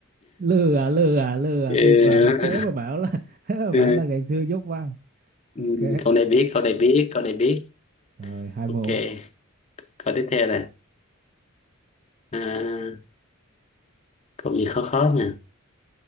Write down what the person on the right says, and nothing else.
lừa lừa lừa
bịp à thế mà bảo là <laughs> thế mà
bảo là ngày xưa dốt văn
ok
rồi hai
bộ